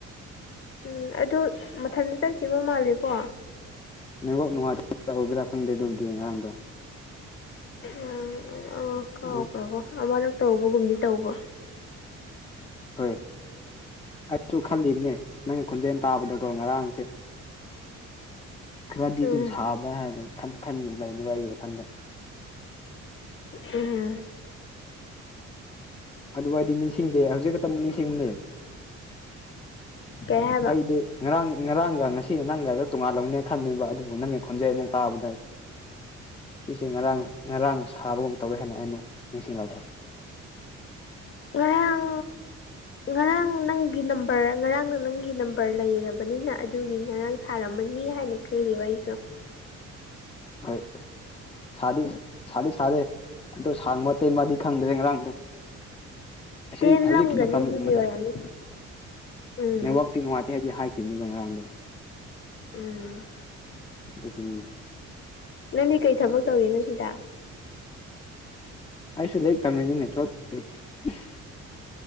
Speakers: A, on the left; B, on the left.
A: ꯎꯝ ꯑꯗꯨ ꯃꯊꯟꯇꯥ ꯆꯠꯈꯤꯕ ꯃꯥꯜꯂꯤꯀꯣ
B: ꯅꯦꯋꯥꯛ ꯅꯨꯡꯉꯥꯏꯇ <unintelligible> ꯑꯣꯏꯕ꯭ꯔꯥ ꯈꯪꯗꯦ ꯗꯨꯕꯨꯗꯤ ꯉꯔꯥꯡꯗꯣ
A: ꯎꯝ ꯑꯥ ꯀꯥꯎꯒ꯭ꯔꯕꯣ
B: ꯑꯗꯨꯝ
A: ꯑꯃꯔꯛ ꯇꯧꯕꯒꯨꯝꯗꯤ ꯇꯧꯕ
B: ꯍꯣꯏ ꯑꯩꯁꯨ ꯈꯜꯂꯤꯕꯅꯦ ꯅꯪꯒꯤ ꯈꯣꯟꯖꯦꯜ ꯇꯥꯕꯗꯀꯣ ꯉꯔꯥꯡꯁꯦ
A: <inaudible>
B: ꯈꯔꯗꯤ
A: ꯎꯝ
B: ꯑꯗꯨꯝ ꯁꯥꯕ ꯍꯥꯏꯅ ꯈꯟ ꯈꯟ ꯂꯩꯅꯤ ꯋꯥꯔꯤꯒꯤ ꯋꯥꯈꯜꯗ
A: ꯎꯝ
B: ꯑꯗꯨꯋꯥꯏꯗꯤ ꯅꯤꯡꯁꯤꯡꯗꯦ ꯍꯧꯖꯤꯛ ꯈꯛꯇꯥꯃꯨꯛ ꯅꯤꯡꯁꯤꯡꯕꯅꯦ
A: ꯀꯩ ꯍꯥꯏꯕ
B: ꯑꯩꯗꯤ ꯉꯔꯥꯡ ꯉꯔꯥꯡꯒ ꯉꯁꯤ ꯅꯪꯒꯗ ꯇꯣꯉꯥꯟ ꯂꯧꯅꯦ ꯈꯟꯗꯣꯏꯕ ꯑꯗꯨꯕꯨ ꯅꯪꯒꯤ ꯈꯣꯟꯖꯦꯟ ꯑꯃꯨꯛ ꯇꯥꯕꯗꯗꯤ ꯁꯤꯁꯦ ꯉꯔꯥꯡ ꯉꯔꯥꯡ ꯁꯥꯕꯒꯨꯝ ꯇꯧꯋꯦ ꯍꯥꯏꯅ ꯑꯩ ꯑꯃꯨꯛ ꯅꯤꯡꯁꯤꯡꯂꯛꯄ
A: ꯉꯔꯥꯡ ꯉꯔꯥꯡ ꯅ ꯅꯪꯒꯤ ꯅꯝꯕꯔ ꯉꯔꯥꯡꯅ ꯅꯪꯒꯤ ꯅꯝꯕꯔ ꯂꯩꯔꯕꯅꯤꯅ ꯑꯗꯨꯒꯤ ꯉꯔꯥꯡ ꯁꯥꯔꯝꯃꯅꯤ ꯍꯥꯏꯅ ꯀꯔꯤ <unintelligible>
B: ꯍꯣꯏ ꯁꯥꯗꯤ ꯁꯥꯗꯤ ꯁꯥꯔꯦ ꯑꯗꯣ ꯁꯥꯡꯕ ꯇꯦꯟꯕꯗꯤ ꯈꯪꯗ꯭ꯔꯦ ꯉꯔꯥꯡꯗꯣ ꯑꯁꯤ
A: ꯇꯦꯟꯂꯝꯒꯅꯤ
B: ꯍꯧꯖꯤꯛꯀꯤ ꯃꯇꯝꯒꯨꯝꯕꯗ
A: ꯑꯗꯨꯒꯤ ꯑꯣꯏꯔꯝꯅꯤ ꯎꯝ
B: ꯅꯦꯠꯋꯥꯛ ꯇꯤ ꯅꯨꯡꯥꯏꯇꯦ ꯍꯥꯏꯗꯤ ꯍꯥꯏꯈꯤꯝꯅꯤꯕ ꯉꯔꯥꯡꯗꯣ
A: ꯎꯝ
B: ꯑꯗꯨꯒꯤꯅ‌ꯦ
A: ꯅꯪꯗꯤ ꯀꯩ ꯊꯕꯛ ꯇꯧꯔꯤꯅꯣ ꯁꯤꯗ
B: ꯑꯩꯁꯨ ꯂꯩꯔꯤꯛ ꯇꯝꯔꯤꯅꯤꯅꯦ ꯊꯣꯛ <inaudible>